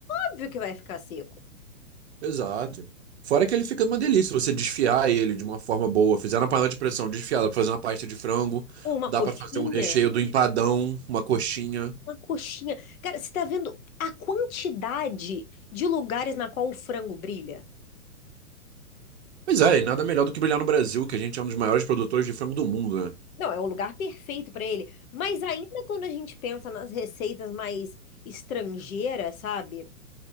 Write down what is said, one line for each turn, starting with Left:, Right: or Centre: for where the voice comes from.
Left: óbvio que vai ficar seco.
Right: Exato. Fora que ele fica uma delícia. Você desfiar ele de uma forma boa, fizer na panela de pressão desfiada pra fazer uma pasta de frango,
Left: Ou uma
Right: dá
Left: coxinha?
Right: pra fazer um recheio do empadão, uma coxinha.
Left: Uma coxinha. Cara, você tá vendo a quantidade de lugares na qual o frango brilha?
Right: Pois é, e nada melhor do que brilhar no Brasil, que a gente é um dos maiores produtores de frango do mundo, né?
Left: Não, é o lugar perfeito pra ele. Mas ainda quando a gente pensa nas receitas mais estrangeiras, sabe?